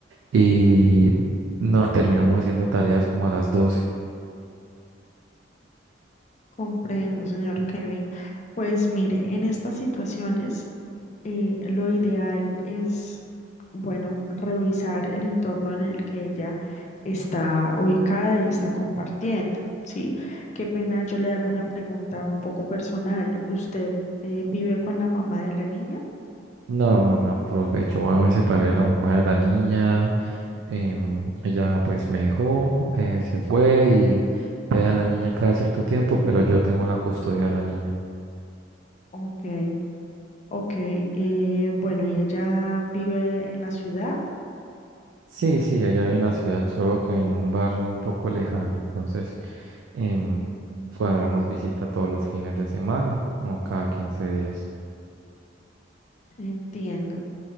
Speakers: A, on the right (about 85°); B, on the left (about 40°).
A: y no terminamos haciendo tareas como a las doce
B: Comprendo, señor Kevin. Pues mire, en estas situaciones eh, lo ideal es, bueno, revisar el entorno en el que ella está ubicada y está compartiendo, ¿sí? Qué pena, yo le hago una pregunta un poco personal. ¿Usted eh, vive con la mamá de la niña?
A: No, no, profe, yo me separé de la mamá de la niña, em, ella pues me dejó, eh, se fue y pega a la niña cada cierto tiempo, pero yo tengo la custodia de la niña.
B: Ok, ok. eh, bueno, ¿y ella vive en la ciudad?
A: Sí, sí, ella vive en la ciudad, solo que en un barrio un poco lejano, entonces em,
B: Mm,
A: cuadramos visita todos los fines de semana o o cada quince días.
B: Entiendo.